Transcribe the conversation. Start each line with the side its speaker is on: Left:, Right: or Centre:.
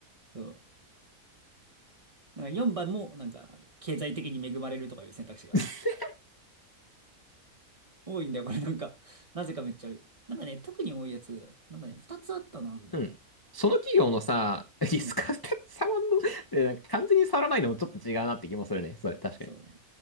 Right: <laughs> そう。なんか4番も、なんかある、経済的に恵まれるとかいう選択肢がある。
Left: <laughs>
Right: 多いんだよ、これなんか。なぜかめっちゃ多い。なんかね、特に多いやつ、なんかね、2つあったのなんだよな。
Left: うん。その企業のさ、リスカーって触んの、
Right: うん。
Left: えなんか完全に触らないのもちょっと違うなって気もするね。それ、
Right: うんそう。
Left: 確かに。